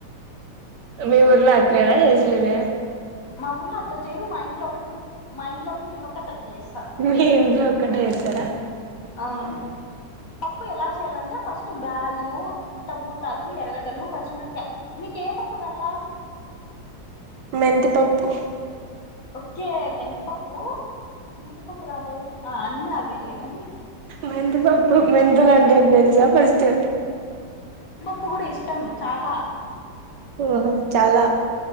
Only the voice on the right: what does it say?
మీ ఊర్లో అట్లేన చేసేది
మీ ఇంట్లో ఒక్కటే చేస్తారా
మెంతిపప్పు
మెంతి పప్పు మెంతులంటే ఎంటో తెలుసా ఫస్ట్
ఓహో చాలా